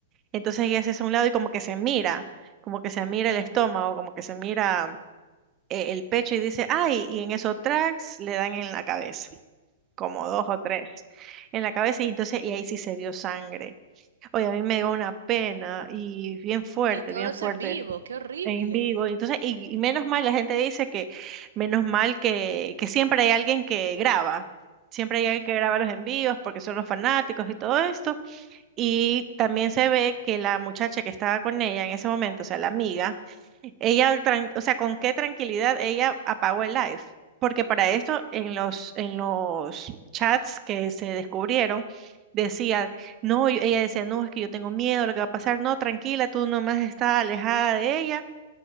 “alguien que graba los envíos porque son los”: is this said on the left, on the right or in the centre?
Right